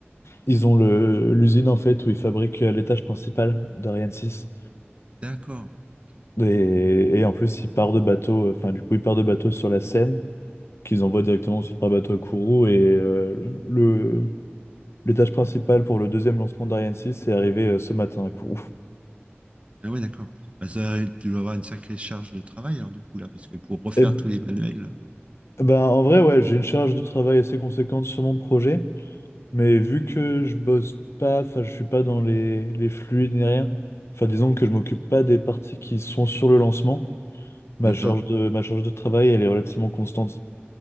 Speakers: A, on the left; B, on the right.
A: ils ont le, l'usine en fait où ils fabriquent euh, l'étage principal d'Ariane 6.
B: D'accord. ok.
A: Et, et en plus, ils partent de bateau, euh, enfin, du coup, ils partent de bateau sur la Seine, qu'ils envoient directement ensuite par bateau à Kourou. Et euh, le, l'étage principal pour le deuxième lancement d'Ariane 6 est arrivé euh, ce matin à Kourou.
B: Ah ouais, d'accord. Bah, ça, tu dois avoir une sacrée charge de travail, alors, du coup, là, parce que pour refaire
A: Et,
B: tous les manuels, là.
A: ben, en vrai, ouais, j'ai une charge de travail assez conséquente sur mon projet. Mais vu que je bosse pas, enfin je suis pas dans les, les fluides ni rien, enfin disons que je m'occupe pas des parties qui sont sur le lancement, ma
B: D'accord.
A: charge de, ma charge de travail elle est relativement constante.